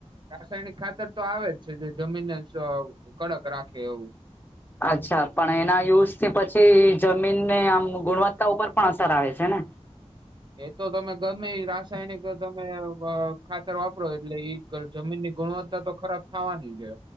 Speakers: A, on the right; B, on the left.
A: રાસાયણિક ખાતર તો આવે જ છે. જે જમીનને સ કડક રાખે એવું.
B: અચ્છા. પણ એના યુઝ થી પછી જમીનને આમ ગુણવત્તા ઉપર પણ અસર આવે છે ને?
A: એ તો તમે ગમેઈ રાસાયણિક જ તમે ખાતર વાપરો, એટલે ઈ જમીન ની ગુણવત્તા તો ખરાબ થાવાની છે.